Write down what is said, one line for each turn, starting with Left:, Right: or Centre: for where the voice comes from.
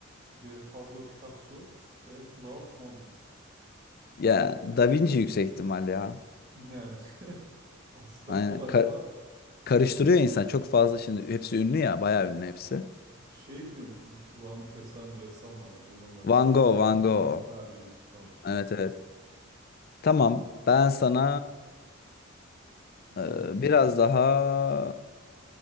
Right: C. Pablo Picasso D. Claude Monet
Left: Ya Da Vinci yüksek ihtimal ya.
Right: Yani <laughs> aslında
Left: Aynen.
Right: kolay
Left: Ka-
Right: ama
Left: karıştırıyor insan çok fazla şimdi hepsi ünlü ya bayağı ünlü hepsi.
Right: peki şey biliyor musun? Bu kulağını kesen ressam vardı bunların arasında.
Left: Van Gogh, Van Gogh.
Right: Ha biliyorsun tamam.
Left: Evet evet. Tamam. Ben sana e,
Right: Hı
Left: biraz daha